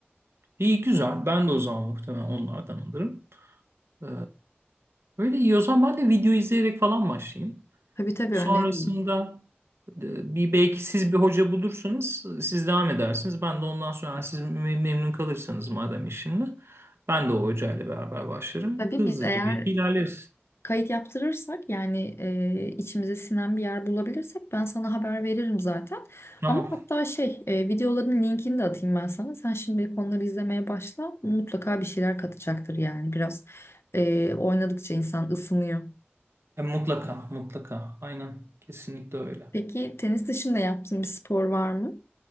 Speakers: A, on the right; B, on the left.
A: İyi güzel. Ben de o zaman muhtemelen onlardan alırım. Ee, öyle iyi o zaman ben de video izleyerek falan başlayayım.
B: Tabii tabii
A: Sonrasında
B: öneririm.
A: e, bir belki siz bir hoca bulursunuz. Siz devam edersiniz. Ben de ondan sonra eğer siz me- memnun kalırsanız madem işimle ben de o hocayla beraber başlarım.
B: Tabii
A: Hızlıca
B: biz eğer
A: belki ilerleriz.
B: Kayıt yaptırırsak yani e, içimize sinen bir yer bulabilirsek ben sana haber veririm zaten.
A: Tamam.
B: Ama hatta şey e, videoların linkini de atayım ben sana. Sen şimdi onları izlemeye başla. Mutlaka bir şeyler katacaktır yani biraz e, oynadıkça insan ısınıyor.
A: E, mutlaka, mutlaka. Aynen. Kesinlikle öyle.
B: Peki tenis dışında yaptığın bir spor var mı?